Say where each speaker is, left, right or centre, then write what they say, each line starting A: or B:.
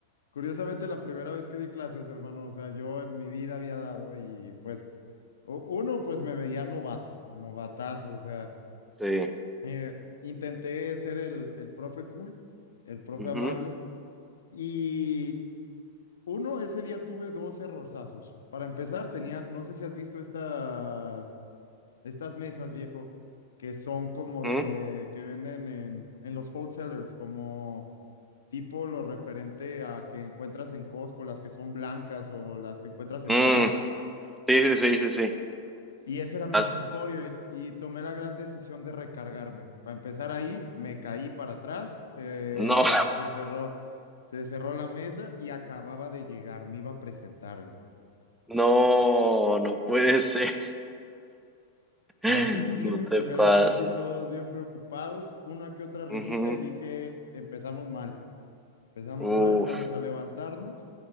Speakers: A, on the left; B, in the centre.
A: curiosamente la primera vez que di clases, hermano, o sea, yo en mi vida había dado y pues U- Uno, pues me veía novato, novatazo, o sea,
B: sí.
A: eh, intenté ser el, el profe cool, el profe
B: Ujú,
A: amable, y uno, ese día tuve dos errorzazos. Para empezar, tenían, no sé si has visto estas, estas mesas, viejo, que son como
B: ujú.
A: de, que venden en, en los wholesalers, como tipo lo referente a que encuentras en Costco, las que son blancas o las que encuentras en
B: Mm,
A: Sam's.
B: sí, sí, sí, sí, sí.
A: Y ese era mi
B: As-
A: escritorio y, y tomé la gran decisión de recargarme. Para empezar ahí, me caí para atrás, se,
B: No,
A: se cerró, se cerró la mesa y acababa de llegar, me iba a presentar. güey.
B: <laughs> no, no puede ser. <laughs>
A: Así inicié
B: No
A: mi
B: te
A: primera
B: pases.
A: clase y todos bien preocupados, una que otra risita
B: Ujú,
A: y dije, empezamos mal, empezamos
B: Uf,
A: mal, vamos a levantarnos.